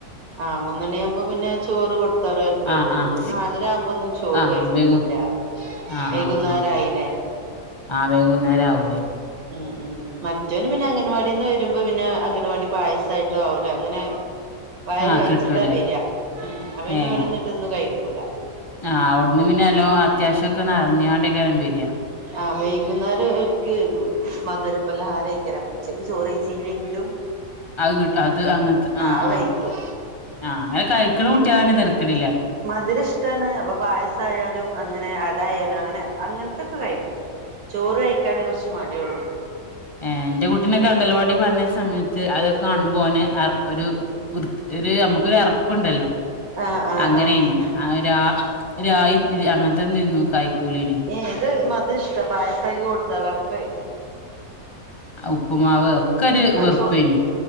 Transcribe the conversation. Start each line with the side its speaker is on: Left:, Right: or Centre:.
Right: ആഹ് മൂന്നണി ആവുമ്പോ പിന്നെ ചോറ് കൊടു <unintelligible> എത്തും കൊഴപ്പല്ല
Left: ആഹ് ആഹ്
Right: ഇത് നാലര ആകുമ്പോ ഒന്നും ചോറ്
Left: ആഹ്
Right: കഴിക്കൂലാ
Left: വൈകു ആഹ്
Right: വൈകുന്നേരായിലെ
Left: ആഹ് ആഹ് ആഹ് വൈകുന്നേരം അവൂലെ
Right: ഉം ഉം മറ്റൊന് പിന്നെ അംഗൻവാടിന്ന് വരുമ്പോ പിന്നെ അംഗൻവാടി പായസായിട്ടും അവിൽ അങ്ങനെ വയറ്
Left: ആഹ്
Right: കഴിച്ചിട്ടാ
Left: കിട്ടൂലേ
Right: വരാ ഉം അപ്പ പിന്നെ
Left: ഏഹ്
Right: ഇവിടെന്നിട്ട് ഒന്നും കഴിക്കൂല
Left: ആഹ് അവിടുന്ന് പിന്നെ നല്ലോം അത്യാശൊക്കെ നെറഞ്ഞോണ്ടെക്കാരം വര
Right: ആഹ് വൈകുന്നേരം ഓൽക്ക് മധുര പലഹാരെയ്ക്കാരം ഉച്ചക്ക് ചോറ് കയ്ച്ചില്ലെങ്കിലും
Left: അത് കിട്ടാ അത് അങ്ങനത്തെ ആഹ്
Right: അത്
Left: ആഹ്
Right: കഴിക്കും
Left: ആഹ് അങ്ങനെ കഴിക്കുന്ന കുട്ടിയാണെ തിരക്കേടില്ല
Right: മധുരം ഇഷ്ടാണ് അപ്പോ പായസായാലും അങ്ങനെ അടായാലും അങ്ങനെ അങ്ങനത്തൊക്കെ കഴിക്കും ചോറ് കഴിക്കാനെ കൊറച്ച് മടിയൊള്ളു
Left: ഏഹ് ഇന്റെ കുട്ടീനൊക്കെ അംഗൽവാടി പറഞ്ഞയച്ച സമയത്ത് അതൊക്കെ കാണുമ്പോന് ഓൻ അറ ഒരു വൃ ഒരു നമുക്കൊരു അറപ്പുണ്ടല്ലോ
Right: ആഹ് ആഹ്
Left: അങ്ങനെയ്നി
Right: ആഹ്
Left: ആ രാ രാഗി അങ്ങനത്തെന്നു തി കയ്ക്കൂലെനി
Right: ഏഹ് ഇത് മധുരം ഇഷ്ടാ പായസാക്കി കൊടുത്താലും ഒക്കെ കയിക്കും
Left: ഉപ്പുമാവ് ഒക്കെ ഒരു വെറുപ്പേനി
Right: ചോ